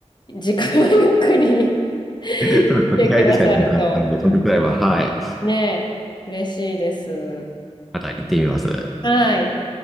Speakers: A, on the left; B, in the centre.
A: 次回はゆっくり
B: <laughs> ちょっと気合でしか行けなかったんで、
A: <laughs> 来てくださると、
B: その時くらいは、はい、
A: ねえ、嬉しいです。
B: また行ってみます。
A: はい。